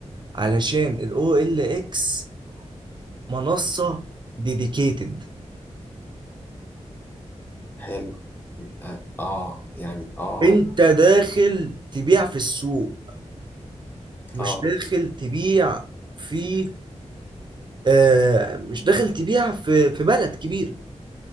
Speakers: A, on the right (about 40°); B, on the left (about 15°).
A: علشان ال OLX منصة ديديكيتد
B: حلو آه آه، يعني آه
A: انت داخل تبيع في السوق مش
B: آه
A: داخل تبيع في آه مش داخل تبيع في في بلد كبير